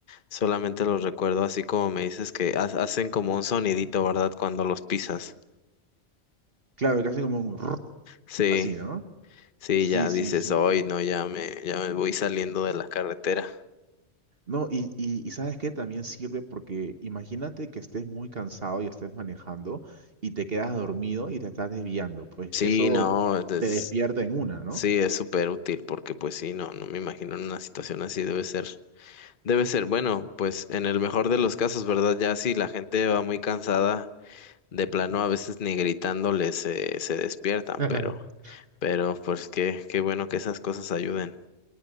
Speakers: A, on the left (about 50°); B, on the right (about 55°).
A: solamente los recuerdo así como me dices que ha- hacen como un sonidito, ¿verdad? Cuando los pisas.
B: Claro, que hacen como un rrr,
A: Sí,
B: así, ¿no?
A: sí,
B: Sí,
A: ya
B: sí,
A: dices,
B: sí.
A: hoy no, ya me, ya me voy saliendo de la carretera.
B: No, y, y, y ¿sabes qué? También sirve porque imagínate que estés muy cansado y estés manejando y te quedas dormido y te estás desviando. Pues
A: Sí,
B: eso
A: no, es-
B: te despierta en una, ¿no?
A: sí, es súper útil porque pues sí, no, no me imagino en una situación así debe ser, debe ser, bueno, pues en el mejor de los casos, ¿verdad? Ya si la gente va muy cansada de plano a veces ni gritándoles se, se despiertan,
B: <laughs>
A: pero, pero pues qué, qué bueno que esas cosas ayuden.